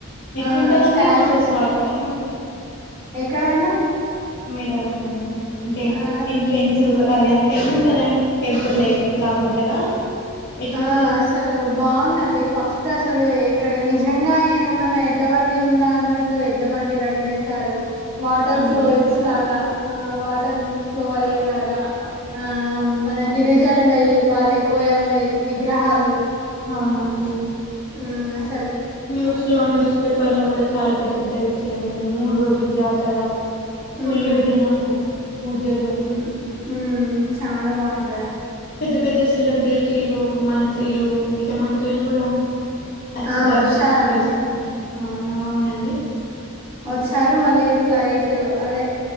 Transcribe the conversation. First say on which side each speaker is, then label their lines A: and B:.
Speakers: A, on the left; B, on the right.
A: ఎట్లుంటదండి
B: ఆ స్టాచ్చుస్
A: మాకు వాతావరణం
B: ఎక్కడండి
A: మెడారంలో ఉంది అంటే
B: ఆ
A: ఎంట్రెన్సివ్గా అది ఎంత ఎట్లుంటదండి టెంపుల్ లే లాగుంటదా ఎట్లుంటది
B: ఆ అసలు బాగుందండి ఫస్ట్ అసలు ఎ ఇక్కడ నిజంగా ఏమన్నా ఎడ్ల బండి ఉందా అన్నట్టు ఎడ్ల బండి రెడీ చేశారు వాటర్
A: అవును
B: ఫ్లోయిస్ లాగా ఆ వాటర్ ఫ్లో అయ్యేలాగా ఆ మన గిరిజనులై వాళ్ళై కొ యోల్లాయ్ విగ్రహాలు
A: అవునండి
B: ఉ <unintelligible>
A: న్యూస్ లో న్యూస్ పేపర్ లో కూడా చాలా పెద్ద పెద్దగా ఇచ్చారండి మూడు రోజులు జాతర
B: హ్మ్
A: పూల్ జనము పూజలు
B: హ్మ్ హ్మ్ చాలా బాగుంట
A: పెద్ద పెద్ద సెలబ్రిటీలు మంత్రులు ముఖ్యమంత్రులు కూడా వచ్చి
B: ఆ
A: దర్శనం
B: వచ్చారండి.
A: చేసుకుని ఆ అవునండి
B: వచ్చారు మళ్ళీ ఫ్లైట్ అదే